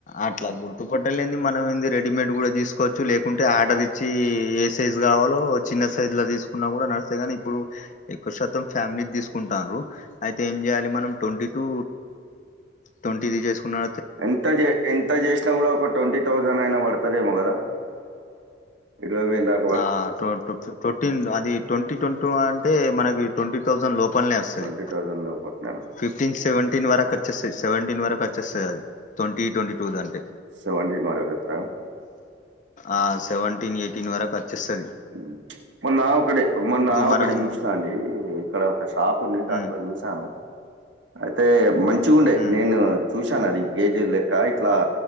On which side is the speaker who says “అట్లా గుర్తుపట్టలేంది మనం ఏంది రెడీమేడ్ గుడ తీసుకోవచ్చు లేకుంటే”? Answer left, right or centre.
Left